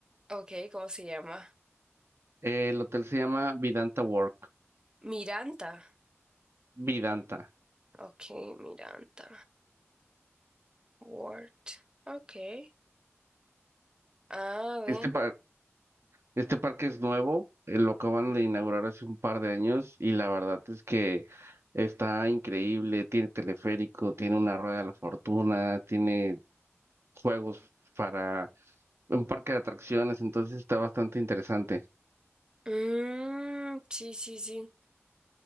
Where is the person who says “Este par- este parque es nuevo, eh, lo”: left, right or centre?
Right